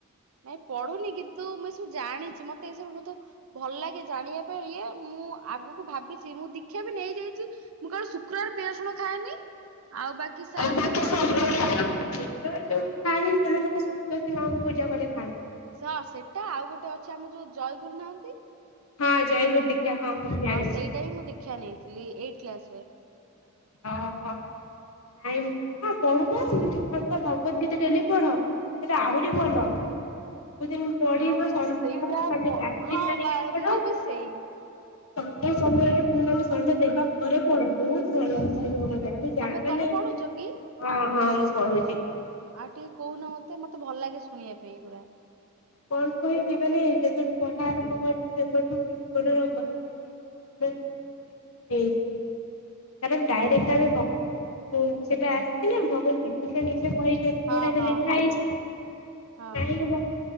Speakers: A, on the right; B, on the left.
A: ନାଇଁ ପଢୁନି କିନ୍ତୁ ମୁଁ ଏସବୁ ଜାଣିଚି ମତେ ଏସବୁ ବହୁତ ଭଲ ଲାଗେ ଜାଣିବା ପାଇଁ ଇଏ ମୁଁ ଆଗକୁ ଭାବିଚି ମୁଁ ଦୀକ୍ଷା ବି ନେଇ ଯାଇଚି ମୁଁ କେବଳ ଶୁକ୍ରବାର ପିଆଜ ରସୁଣ ଖାଏନି ଆଉ ବାକି ସାରାଦିନ
B: ବାକି
A: ଖାଏ।
B: ସବୁବେଳେ ଶୁକ୍ରବାର ଯୋଉମାନେ ଖାଆନ୍ତିନି ସେମାନଙ୍କୁ ସନ୍ତୋଷୀ ମାଆଙ୍କୁ ପୂଜା କଲେ ଖାଆନ୍ତିନି।
A: ସା ସେଟା ଆଉ ଗୋଟେ ଅଛି ଆମର ଯୋଉ ଜୟଗୁରୁ ନାହାନ୍ତି?
B: ହଁ ଜୟଗୁରୁ ଦୀକ୍ଷା ହଁ। ଜାଣିଛି
A: ହଁ ସେଇଟା ହିଁ ମୁଁ ଦୀକ୍ଷା ନେଇଥିଲି ଏଇଟ୍ କ୍ଲାସ ରେ।
B: ଓହୋ। ନାଇଁ ହଁ ପଢୁ ନ ଭଗବତ୍ ଗୀତା ଡେଲି ପଢ? ସେଟା ଆହୁରି ଭଲ ସବୁଦିନ ପଢିବ
A: ହଁ ହଁ
B: ସନ୍ଧ୍ୟା
A: ସେଇଟା
B: ତମେ
A: ପ
B: ଗାଧେଇ
A: ହଁ
B: ସାରିକି
A: ବା
B: ପଢ଼
A: ମୁଁ ବି ସେଇ
B: ସନ୍ଧ୍ୟା ସମୟରେ ମାନେ ସନ୍ଧ୍ୟା ଦେବା ପରେ ପଢ ବହୁତ ଭଲ କହିବାକୁ ଗଲେ ଅନୀ ଯା
A: ତମେ
B: ମାନେ
A: ତମେ ପଢୁଛ କି?
B: ହଁ ହଁ ମୁଁ ପଢୁଚି।
A: ଆ ଟିକେ କହୁନ ମତେ ମତେ ଭଲ ଲାଗେ ଶୁଣିବା ପାଇଁ ଏଇଗୁରା।
B: କଣ କହିବି ମାନେ ଯେବେଠୁ ପଢା ଆରମ୍ଭ କରିଛି ସେବେଠୁ ଜୀବନର ଗ <unintelligible> କାରଣ ଡ଼ାଇରେକ୍ଟ ଆମେ ଭଗବାନଙ୍କୁ ସେଟା ଆସିଚି ନା, ଭଗବାନ ଶ୍ରୀକଷ୍ଣ ନିଜେ କହି ସେଠି
A: ହଁ
B: ଯୋଉଟା
A: ହଁ
B: ଲେଖା
A: ହଁ।
B: ହେଇଚି
A: ହଁ
B: <unintelligible>